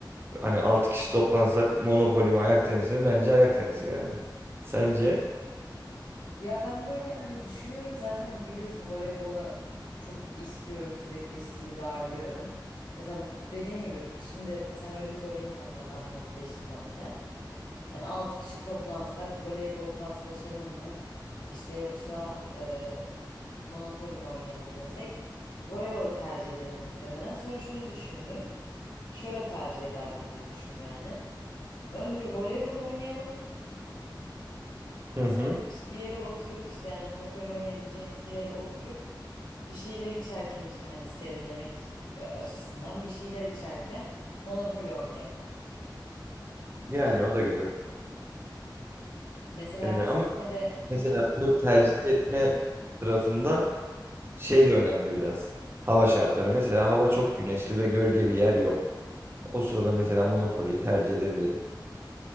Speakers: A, on the right; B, on the left.
A: Hani 6 kişi toplansak Monopoly mi ayak tenisi mi? Bence ayak tenisi yani. Sence?
B: Ya ben böyle hani düşünüyorum zaten biliyorsun voleybola çok istiyorum sürekli sizi darlıyorum. Mesela dediğin gibi şimdi sen öyle söyleyince hatta daha netleşti bende. Hani 6 kişi toplansak voleybol paslaşalım mı? İşte yoksa e, Monopoly mi oynayalım desek voleybolu tercih ederim muhtemelen. Sonra şunu düşündüm. Şöyle tercih ederdim diye düşündüm yani. Önce voleybol oynayalım.
A: Hı
B: Sonra
A: hı.
B: bir, bir yere oturup işte yani Monopoly oynayabileceğimiz bir yere oturup bir şeyler içerken işte hani serinlemek e, açısından bir şeyler içerken Monopoly oynayalım
A: Yani
B: diye.
A: o da güzel.
B: Mesela
A: Ee,
B: biz
A: ama
B: de
A: mesela bu tercih etme sırasında şey de önemli biraz. Hava şartları. Mesela hava çok güneşli ve gölge bir yer yok. O sırada mesela Monopoly'yi tercih edebilirim.